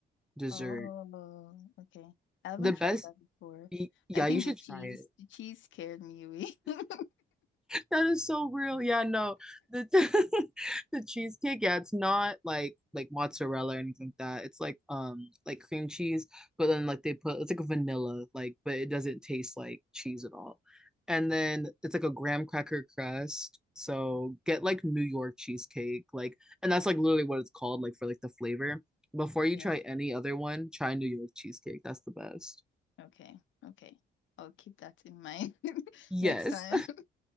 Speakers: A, in the centre; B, on the left.
A: dessert.
B: Oh, okay. I haven't
A: The best,
B: tried that before.
A: y- yeah,
B: I think
A: you should
B: the cheese,
A: try it.
B: the cheese scared me away. <laughs>
A: That is so real. Yeah, no. The <laughs> the cheesecake, yeah, it's not like like mozzarella or anything like that. It's like um like cream cheese, but then like they put it's like a vanilla, like but it doesn't taste like cheese at all. And then it's like a graham cracker crust. So get like New York cheesecake, like and that's like literally what it's called, like for like the flavor. Before you
B: Yeah.
A: try any other one, try New York cheesecake. That's the best.
B: Okay. Okay. I'll keep that in mind <laughs>
A: Yes,
B: next time. <laughs>